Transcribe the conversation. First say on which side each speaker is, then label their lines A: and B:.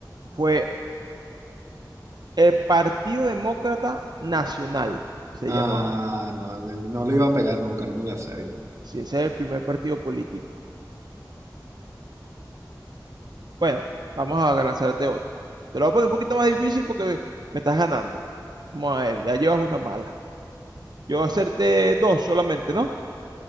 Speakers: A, on the right; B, on the right.
A: fue el Partido Demócrata Nacional, se
B: Ah,
A: llamaba.
B: no, no le iba a pegar nunca, no me la sabía.
A: Sí, ese es el primer partido político. Bueno, vamos a lanzarte otra. Te lo voy a poner un poquito más difícil porque me estás ganando. Vamos a ver, ya llevas una mala. Yo acerté dos solamente, ¿no?